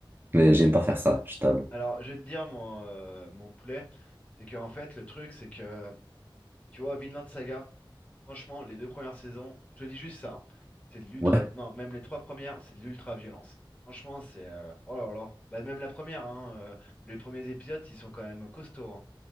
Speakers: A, on the right (about 25°); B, on the left (about 15°).
A: Mais j'aime pas faire ça, je t'avoue.
B: Alors, je vais te dire, mon, euh, mon poulet, c'est que en fait, le truc, c'est que, tu vois, Vinland Saga, franchement, les deux premières saisons, je te dis juste ça, hein, c'est de l'ultra...
A: Ouais.
B: Non, même les trois premières, c'est de l'ultra-violence. Franchement, c'est... euh, oh là là. Bah, même la première, hein, euh, les premiers épisodes, ils sont quand même costauds. hein.